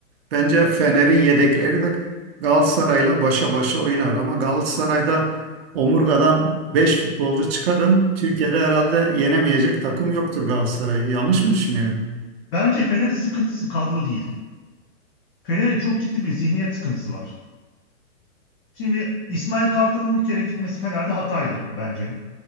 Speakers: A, on the right; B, on the left.
A: bence Fener'in yedekleri de Galatasaray'la başa başa oynar. Ama Galatasaray'da omurgadan 5 futbolcu çıkarın. Türkiye'de herhalde yenemeyecek takım yoktur Galatasaray'ı. Yanlış mı düşünüyorum?
B: Bence Fener'in sıkıntısı kadro değil. Fener'in çok ciddi bir zihniyet sıkıntısı var. Şimdi İsmail Kartal'ın bir kere gitmesi Fener'de hataydı bence.